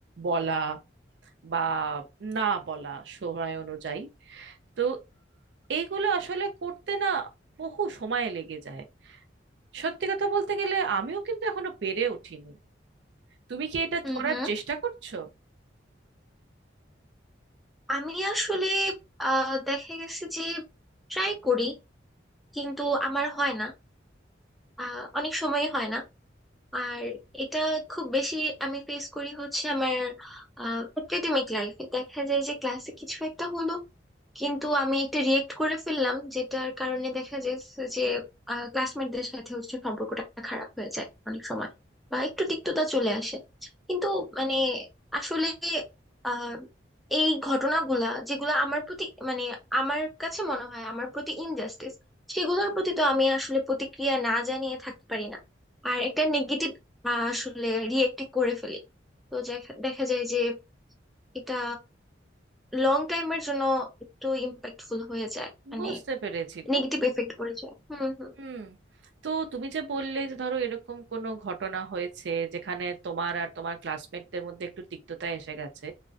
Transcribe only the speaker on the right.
বলা বা না বলা সময় অনুযায়ী তো এইগুলো আসলে করতে না বহু সময় লেগে যায় সত্যি কথা বলতে গেলে আমিও কিন্তু এখনো পেরে উঠিনি তুমি কি এটা
করার
চেষ্টা করছো
বুঝতে পেরেছি গো
হুম তো তুমি যে বললে যে ধরো এরকম কোনো ঘটনা হয়েছে যেখানে তোমার আর তোমার ক্লাসমেটদের মধ্যে একটু তিক্ততা এসে গেছে